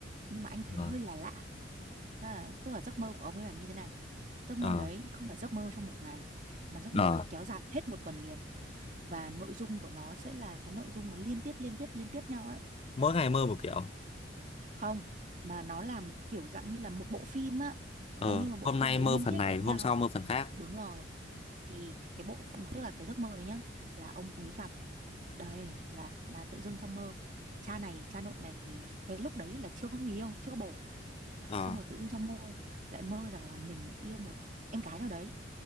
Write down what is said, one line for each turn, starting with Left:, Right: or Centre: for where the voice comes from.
Right: nhưng mà anh thấy
Left: Ờ,
Right: hơi là lạ Thế là, tức là giấc mơ của ông ấy là như thế này giấc mơ
Left: ờ,
Right: đấy không phải giấc mơ trong một ngày mà giấc
Left: ờ.
Right: mơ đấy kéo dài hết một tuần liền và nội dung của nó sẽ là cái nội dung nó liên tiếp liên tiếp liên tiếp nhau ấy
Left: Mỗi ngày mơ một kiểu.
Right: không mà nó làm kiểu dạng như là một bộ phim á
Left: Ờ,
Right: nó như một bộ
Left: hôm
Right: phim
Left: nay
Right: nó
Left: mơ
Right: liên
Left: phần
Right: tiếp
Left: này,
Right: với
Left: hôm
Right: nhau
Left: sau mơ phần khác.
Right: đúng rồi thì cái bộ phim tức là cái giấc mơ đấy nhá là ông ấy gặp đây là là tự dưng trong mơ cha này cha nội này thì cái lúc đấy là chưa có người yêu chưa có bồ
Left: Ờ,
Right: xong rồi tự dưng trong mơ lại mơ rằng là mình yêu một em gái nào đấy